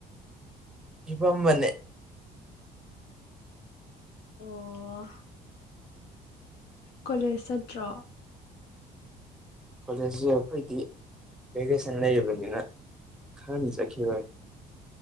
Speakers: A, in the centre; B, on the left.
A: ꯍꯤꯄꯝꯕꯅꯦ
B: ꯑꯣ ꯀꯣꯂꯦꯖ ꯆꯠꯇ꯭ꯔꯣ
A: ꯀꯣꯂꯦꯖꯁꯦ ꯑꯈꯣꯏꯗꯤ ꯚꯦꯀꯦꯁꯟ ꯂꯩꯔꯤꯕꯅꯤꯅ ꯈꯔꯅꯤ ꯆꯠꯈꯤꯔꯣꯏ